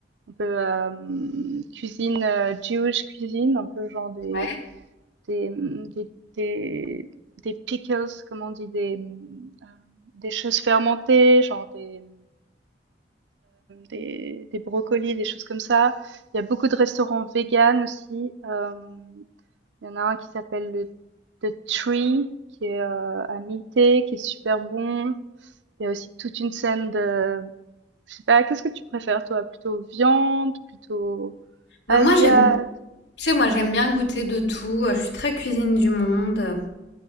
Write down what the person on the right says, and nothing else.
un peu, hem, cuisine, heu, Jewish cuisine, un peu genre des
des, mmh, des des des pickles, comment on dit? Des, mmh, des choses fermentées, genre des, mmh, des des brocolis, des choses comme ça. Il y a beaucoup de restaurants véganes aussi, hem il y en a un qui s'appelle le The Tree, qui est euh, à mi-té, qui est super bon. Il y a aussi toute une scène de, je sais pas, qu'est-ce que tu préfères toi, plutôt viande, plutôt
asiat.